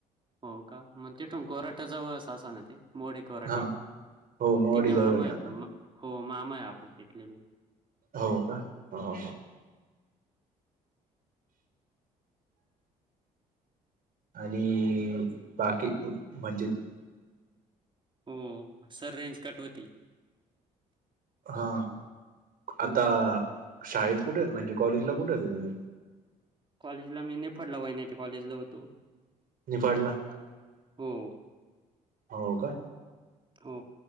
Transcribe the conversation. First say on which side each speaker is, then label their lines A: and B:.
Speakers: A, on the right; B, on the right.
A: हो का मग ते ठोंकोराट्या जवळ ससा न ते मोडी कोरटे
B: हा
A: त्याले
B: हो मोवाडी जवळ
A: मामा
B: आहे आम्हाला
A: हो मामाय आपलेले भी
B: हो का हो हो आणि बाकी म्हणजे
A: हो सर रेंज कट होती
B: हा
A: हो.
B: आता शाळेत कुठे म्हणजे कॉलेजला कुठे होेत तुम्ही
A: कॉलेजला मी नाही पडला वहिने कॉलेजला होतो
B: निपाडला
A: होम
B: हो का
A: हो